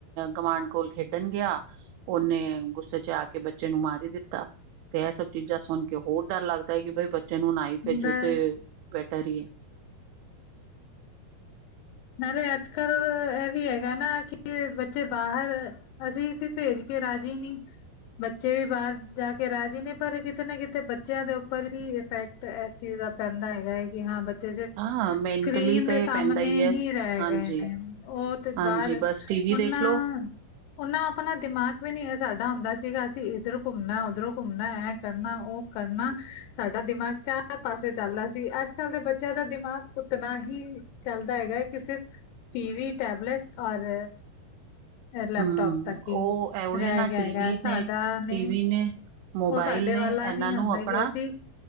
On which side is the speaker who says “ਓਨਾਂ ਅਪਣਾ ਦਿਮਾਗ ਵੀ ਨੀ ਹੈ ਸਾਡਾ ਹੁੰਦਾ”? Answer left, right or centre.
Left